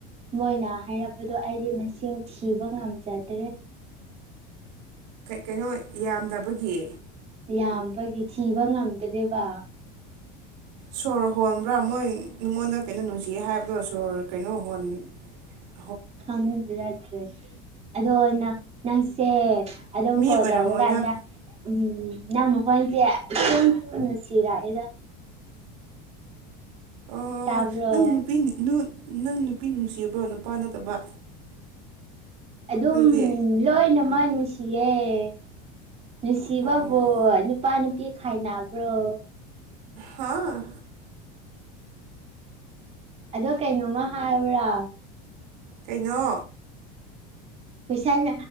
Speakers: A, on the right; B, on the right.
A: ꯃꯣꯏꯅ ꯍꯥꯏꯔꯛꯄꯗꯣ ꯑꯩꯗꯤ ꯃꯁꯤꯡ ꯊꯤꯕ ꯉꯝꯖꯗ꯭ꯔꯦ
B: ꯀꯩꯅꯣ ꯌꯥꯝꯗꯕꯒꯤ
A: ꯌꯥꯝꯕꯒꯤ ꯊꯤꯕ ꯉꯝꯗ꯭ꯔꯦꯕ
B: ꯁꯣꯔ ꯍꯣꯟꯕ꯭ꯔꯥ ꯃꯣꯏ ꯅꯉꯣꯟꯗ ꯀꯩꯅꯣ ꯅꯨꯡꯁꯤꯒꯦ ꯍꯥꯏꯕꯗꯣ ꯁꯣꯔ ꯀꯩꯅꯣ ꯍꯣꯟ ꯎ
A: ꯈꯪꯕ ꯌꯥ꯭ꯔꯦ ꯑꯗꯣ ꯅꯪ ꯅꯪꯁꯦ ꯑꯗꯨꯗ
B: ꯃꯤ
A: ꯀꯣꯇꯥꯒꯗ
B: ꯑꯣꯏꯔꯝꯃꯣꯏꯗ
A: ꯎꯝ ꯅ ꯃꯈꯈꯣꯏꯁꯦ ꯁꯨꯝ ꯁꯨꯅꯅꯨꯡꯁꯤꯔꯛꯑꯔ
B: ꯑꯣ
A: ꯇꯥꯕ꯭ꯔ
B: ꯅꯪ ꯅꯨꯄꯤ ꯅꯪ ꯅꯨꯄꯤ ꯅꯨꯡꯁꯤꯔꯕ꯭ꯔꯣ ꯅꯨꯄꯥ ꯅꯠꯇꯕ
A: ꯑꯗꯨꯝ
B: ꯑꯗꯨꯗꯤ
A: ꯂꯣꯏꯅꯃꯛ ꯅꯨꯡꯁꯤꯌꯦꯦ ꯅꯨꯡꯁꯤꯕꯕꯨꯣ
B: ꯑꯣ
A: ꯅꯨꯄꯥ ꯅꯨꯄꯤ ꯈꯥꯏꯅꯕ꯭ꯔꯣ
B: ꯍꯥꯥ
A: ꯑꯗꯣ ꯀꯩꯩꯅꯣꯃ ꯍꯥꯕ꯭ꯔꯥ
B: ꯀꯩꯅꯣ
A: ꯀꯣꯏꯁꯟ